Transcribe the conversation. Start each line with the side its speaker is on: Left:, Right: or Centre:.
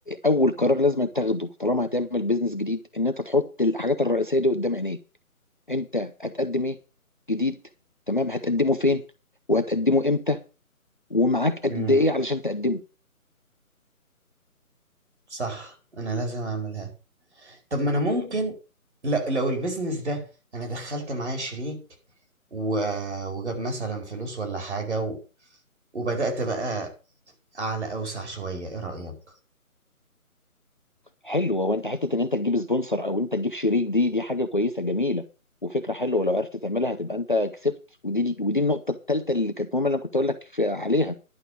Left: اول قرار لازم تاخده طالما هتعمل بيزنس جديد ان انت تحط الحاجات الرئيسيه دي قدام عينيك انت هتقدم ايه جديد تمام هتقدمه فين وهتقدمه امتى ومعاك قد
Right: <laughs> مم.
Left: ايه علشان تقدمه
Right: صح أنا لازم أعملها طب ما أنا ممكن لا لو البيزنس ده أنا دخلت معايا شريك و... وجاب مثلا فلوس ولا حاجة وبدأت بقى أعلى أوسع شوية إيه رأيك؟
Left: حلو هو انت حته ان انت تجيب سبونسر او انت تجيب شريك دي دي حاجه كويسه جميله وفكره حلوه ولو عرفت تعملها هتبقى انت كسبت ودي ودي النقطه الثالثه اللي كانت مهمه اللي انا كنت اقول لك في- عليها